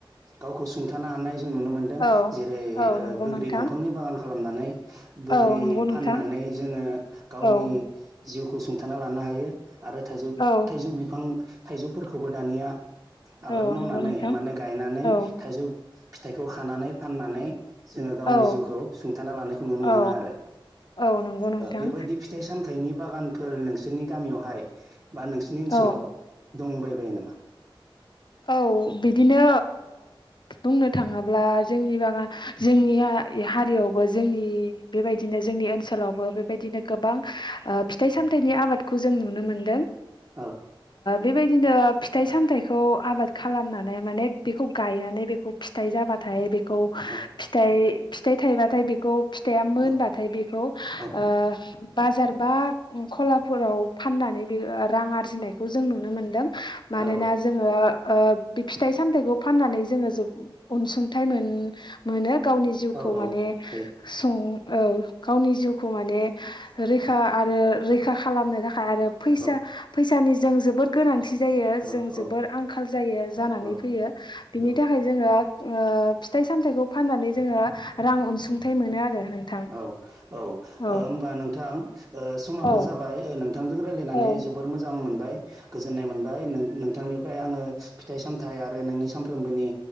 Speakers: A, on the right; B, on the left.
A: गावखो सुंथानो हानाय जों नुनो मोन्दों
B: औ
A: जेरै
B: औ नंगौ
A: बोग्रि
B: नोंथां
A: दंफांनि बागान खालामनानै। बोग्रि
B: औ नंगौ नोंथां
A: फाननानै जोङो गावनि
B: औ
A: जिउखौ सुंथाना लानो हायो। आरो थाइजौ
B: औ
A: थाइजौ बिफां थाइजौफोरखौबो दानिया आबाद
B: औ
A: मावनानै
B: नंगौ नोंथां
A: माने गायनानै
B: औ
A: थाइजौ फिथाइखौ खानानै फाननानै। जोङो गावनि
B: औ
A: जिउखौ सुंथाना लानायखौ नुनो
B: औ
A: मोनो आरो
B: औ नंगौ नोंथां
A: बेबायदि फिथाइ सामथाइनि बागानफोर नोंसोरनि गामियावहाय बा नोंसिनि ओनसोलाव
B: औ
A: दंबाय बायो नामा
B: औ बिदिनो बुंनो थाङोब्ला जोंनि बा जोंनिया। हारियावबो जोंनि बेबायदिनो जोंनि ओनसोलावबो बेबायदिनो गोबां फिथाइ साम सामथाइनि आबादखौ जों नुनो मोनदों
A: औ
B: बेबायदिनो फिथाइ सामथाइखौ आबाद खालामनानै माने बेखौ गायनानै बेखौ फिथाइ जाबाथाय बे खौ
A: औ
B: फिथाइ फिथाइ थायबाथाय बेखौ फिथाया मोनबाथाय
A: औ
B: बेखौ ओ
A: औ
B: बाजार बा खलाफोराव फाननानै बे रां आरजिनायखौ जों नुनो मोनदों मानोना
A: औ
B: जोङो। बे ओ फिथाइ सामथाइखौ फाननानै जोङो जोबो अनसुंथाइ मोन मोनो। गावनि जिउखौ
A: औ
B: माने
A: औ हायो
B: सं औ गावनि जिउखौ माने रैखा आरो रैखा खालामनो थाखाय। आरो फैसा
A: औ
B: फैसानि जों जोबोर गोनांथि जायो
A: औ
B: जों जोबोर
A: औ
B: आं जायो जानानै
A: औ
B: फैयो बिनि
A: औ
B: थाखाय जोङो। ओ फिथाइ सामथाइखौ फाननानै जोङो रां अनसुंथाइ मोनो आरो नोंथां
A: औ-औ
B: औ
A: होमबा नोंथां समाबो
B: औ
A: जाबाय नोंथांजों रायलाय नानै
B: औ
A: जोबोर मोजां मोनबाय गोजोननाय मोनबाय नोंथांनि फ्राय आङो फिथाइ सामथाइ आरो नोंनि सानफ्रामबोनि